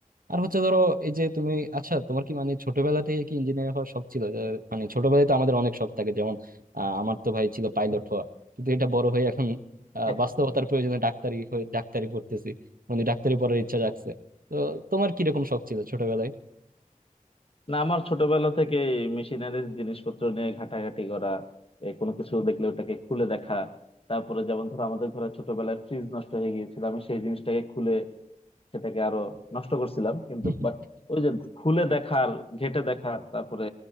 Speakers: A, on the right; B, on the left.
A: আর হচ্ছে ধরো এই যে তুমি আচ্ছা তোমার কি মানে ছোটবেলা থেকে কি ইঞ্জিনিয়ার হওয়ার শখ ছিল যে, মানে ছোটবেলায় তো আমাদের অনেক শখ থাকে যেমন আহ, আমার তো ভাই ছিল পাইলট হওয়া কিন্তু এটা বড় হয়ে এখন আহ,
B: <laughs>
A: বাস্তবতার প্রয়োজনে ডাক্তারি হয়ে ডাক্তারি পড়তেছি মানে ডাক্তারি পড়ার ইচ্ছা জাগছে তো তোমার কিরকম শখ ছিল ছোটবেলায়
B: না আমার ছোটবেলা থেকে মেশিনারিজ জিনিসপত্র নিয়ে ঘাটাঘাটি করা এ, কোনো কিছু দেখলে ওটাকে খুলে দেখা তারপরে যেমন ধরো আমাদের ঘরে ছোটবেলায় ফ্রিজ নষ্ট হয়ে গিয়েছিল আমি সেই জিনিসটাকে খুলে সেটাকে আরো নষ্ট করছিলাম কিন্তু
A: <laughs>
B: বাট ওই যে খুলে দেখার ঘেঁটে দেখার তারপরে